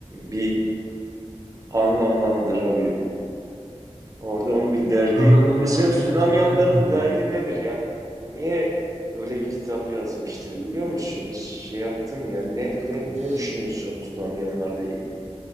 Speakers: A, on the right; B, on the right.
A: bir anlamlandırabildim. Orada onun bir derdi,
B: anlamlandırması
A: mesela tutunamayanların
B: gerçekten çok
A: derdi nedir? Yani niye öyle bir kitap yazmıştır biliyor musun? Hiç şey yaptın ya ne ne ne
B: zor.
A: düşünüyorsun o tutunamayanlarla ilgili?